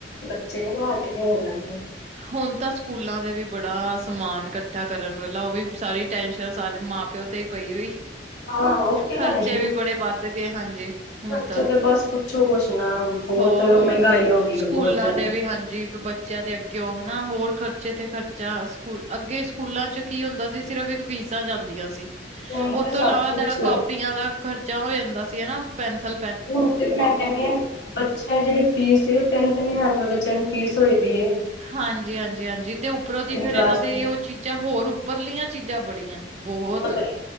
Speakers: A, on the left (about 70°); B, on the right (about 40°).
A: ਬੱਚੇ ਨੀ ਰਵਾ ਕੇ ਲਿਆ ਜਾਂਦੇ। <unintelligible>
B: ਹੁਣ ਤਾਂ ਸਕੂਲਾਂ ਦੇ ਵੀ ਬੜਾ ਸਮਾਨ ਇਕੱਠਾ ਕਰਨ ਵਾਲਾ ਉਹ ਵੀ ਸਾਰੀ ਟੈਸ਼ਨ ਸਾਰੇ ਮਾਂ ਪਿਓ ਤੇ ਹੀ ਪਈ ਹੋਈ,
A: ਹਾਂ ਉਹ ਤੇ
B: ਖਰਚੇ
A: ਹੈ ਹੀ
B: ਵੀ ਬੜੇ ਵੱਧ ਗਏ, ਹਾਂਜੀ। ਹੁਣ
A: ਖਰਚੇ
B: ਤਾਂ,
A: ਤੇ ਬਸ ਪੁੱਛੋ ਕੁਛ ਨਾ ਬਹੁਤ
B: ਹੋਰ, ਹੋਰ
A: ਮਹਿੰਗਾਈ ਹੋ ਗਈ
B: ਸਕੂਲਾਂ
A: ਹੈ ਬਹੁਤ ਜ਼ਿਆਦਾ।
B: ਦੇ ਵੀ ਹਾਂਜੀ ਬ ਬਚਿਆ ਅਗੇ ਕਿਉਂ, ਹਨਾ ਹੋਰ ਖਰਚੇ ਤੇ ਖਰਚਾ, ਸਕੂਲ ਅੱਗੇ ਸਕੂਲਾਂ 'ਚ ਕੀ ਹੁੰਦਾ ਸੀ ਸਿਰਫ ਇੱਕ ਫੀਸਾਂ ਜਾਂਦੀਆਂ ਸੀ।
A: ਹੁਣ
B: ਉਸ
A: ਤੇ
B: ਤੋਂ
A: ਸਭ
B: ਇਲਾਵਾ
A: ਕੁਛ
B: ਤੁਹਾਡਾ ਕਾਪੀਆਂ ਦਾ ਖਰਚਾ ਹੋ ਜਾਂਦਾ ਸੀ ਹਨਾ ਪੈਨਸਿਲ
A: ਹੁਣ ਤੇ ਮੈਂ ਕਹਿੰਨੀ ਆ। ਬੱਚਿਆਂ ਦੀ ਜਿਹੜੀ ਫੀਸ ਏ, ਤਿੰਨ- ਤਿੰਨ ਹਜ਼ਾਰ ਰੁਪਏ ਬੱਚਿਆਂ ਦੀ ਫੀਸ ਹੋਏ ਦੀ ਹੈ।
B: ਹਾਂਜੀ, ਹਾਂਜੀ, ਹਾਂਜੀ ਤੇ ਉੱਪਰੋਂ ਦੀ ਫੇਰ
A: ਕਲਾਸ
B: ਇਹਨਾਂ ਦੇ
A: ਦੀ
B: ਉਹ ਚੀਜ਼ਾਂ ਹੋਰ ਉੱਪਰਲੀਆਂ ਚੀਜ਼ਾਂ ਬੜੀਆਂ। ਬਹੁਤ,
A: ਨੇ